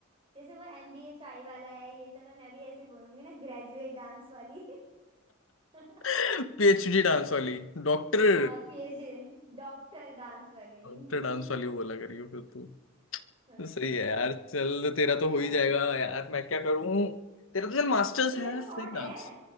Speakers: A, on the right; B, on the left.
A: जैसे वो एमबीए चाय वाला है ये सब है मैं भी ऐसे बोलूंगी ना ग्रेजुएट डांस वाली <laughs>
B: <laughs> पीएचडी डांस वाली डॉक्टर
A: हाँ पीएचडी डॉक्टर डांस वाली
B: डॉक्टर
A: <laughs>
B: डांस वाली वो लग रही हो फिर तू
A: वही
B: तो सही
A: तो
B: है यार चल तेरा
A: यार
B: तो हो ही जाएगा यार मैं क्या करूं तेरा तो चल मास्टर्स
A: तो तेरा
B: है
A: तो शॉर्ट
B: फिर डांस
A: है